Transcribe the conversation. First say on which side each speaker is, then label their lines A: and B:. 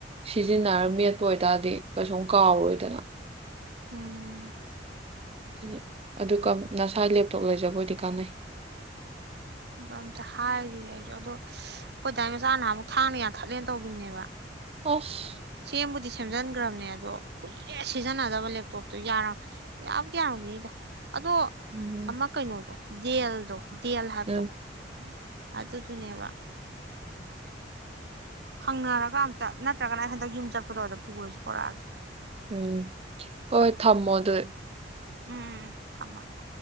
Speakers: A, on the right; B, on the right.
A: ꯁꯤꯖꯤꯟꯅꯔꯒ ꯃꯦꯠꯄ ꯑꯣꯏꯇꯥꯔꯗꯤ ꯀꯩꯁꯨꯝ ꯀꯥꯎꯔꯣꯏꯗꯅ
B: ꯎꯝ
A: ꯎꯝ ꯑꯗꯨ ꯅꯁꯥꯥꯏ ꯂꯦꯞꯇꯣꯛ ꯂꯩꯖꯕꯣꯏꯗꯤ ꯆꯥꯅꯩ
B: ꯑꯗ ꯑꯝꯇ ꯍꯥꯏꯔꯤꯌꯦ ꯑꯩꯁꯨ ꯑꯗꯣ ꯑꯩꯈꯣꯏꯗꯥꯏ ꯃꯆꯥ ꯅꯍꯥꯟ ꯑꯃꯨꯛ ꯊꯥꯡꯅ ꯌꯥꯟꯊꯠꯂꯦꯅ ꯇꯧꯈꯤꯕꯅꯦꯕ
A: ꯑꯣꯐ
B: ꯁꯦꯝꯕꯨꯗꯤ ꯁꯦꯝꯖꯤꯟꯈ꯭ꯔꯕꯅꯦ ꯑꯗꯣ ꯀꯨꯏꯔꯦ ꯁꯤꯖꯤꯟꯅꯗꯕ ꯂꯦꯞꯇꯣꯞꯇꯣ ꯌꯥꯔ ꯌꯥꯝꯗꯤ ꯌꯥꯔꯝꯃꯤꯅꯤꯗ ꯑꯗꯣ
A: ꯎꯝ
B: ꯑꯃ ꯀꯩꯅꯣꯗꯣ ꯦꯜꯗ ꯗꯌꯥꯜꯍꯔꯗꯣ
A: ꯎꯝ
B: ꯍꯥ ꯑꯗꯨ ꯇꯨ ꯅ ꯋꯥ ꯍꯪꯅꯔꯒ ꯑꯝꯇ ꯅꯠꯇ꯭ꯔꯒꯅ ꯑꯩ ꯍꯟꯗꯛ ꯌꯨꯝ ꯆꯠꯄꯗꯣꯗ ꯄꯨꯔꯁꯨ ꯄꯔꯛꯑꯒꯦ
A: ꯎꯝ ꯑ ꯊꯃꯣ ꯑꯗꯨ
B: ꯎꯝ ꯊꯝꯃꯒꯦ